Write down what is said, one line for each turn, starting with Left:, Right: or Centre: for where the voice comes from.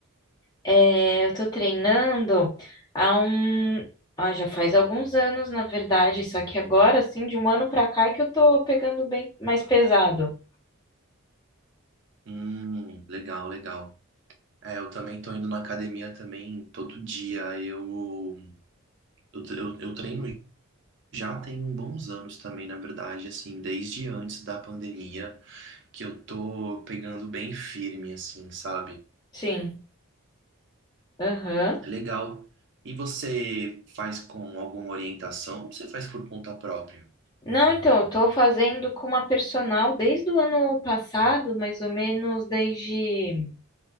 Left: É, eu tô treinando há um, ah, já faz alguns anos, na verdade, só que agora, assim, de um ano pra cá é que eu tô pegando bem mais pesado.
Right: Hum, legal, legal. É, eu também tô indo na academia também todo dia. Eu, eu, tre- eu eu treino já tem uns bons anos também, na verdade, assim, desde antes da pandemia. que eu tô pegando bem firme, assim, sabe?
Left: Sim, aham.
Right: É legal. E você faz com alguma orientação ou você faz por conta própria?
Left: Não, então, eu tô fazendo com uma personal desde o ano passado, mais ou menos desde